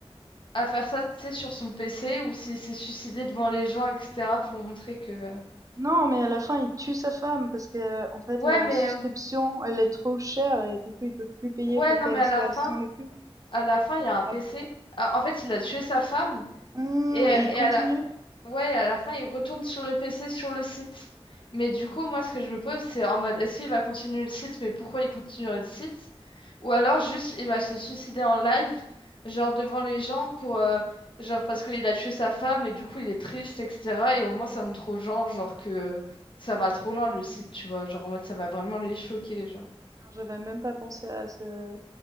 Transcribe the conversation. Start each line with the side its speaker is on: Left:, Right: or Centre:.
Left: à faire ça, tu sais, sur son PC ou s'il s'est suicidé devant les gens, etc. pour montrer que...
Right: non, mais à la fin, il tue sa femme parce qu'en fait
Left: Ouais,
Right: la
Left: mais...
Right: souscription, elle est trop chère et du coup, ils peuvent plus payer
Left: Ouais,
Right: pour
Left: non,
Right: qu'elle
Left: mais à
Right: soit
Left: la fin,
Right: sans les pubs.
Left: à la fin, il y a un PC.
Right: Ah
Left: Ah, en fait, il a tué sa femme
Right: ah
Left: Et, euh,
Right: et il
Left: et
Right: continue?
Left: à la... Ouais, à la fin, il retourne sur le PC, sur le site. Mais du coup, moi, ce que je me pose, c'est en mode, est-ce qu'il va continuer le site, mais pourquoi il continuerait le site? Ou alors, juste, il va se suicider en live, genre devant les gens, pour, euh, genre parce qu'il a tué sa femme, et du coup, il est triste, etc. Et au moins, ça montre aux gens, genre, que euh, ça va trop loin, le site, tu vois. Genre, en mode, ça va vraiment les choquer, genre.
Right: J'avais même pas pensé à ce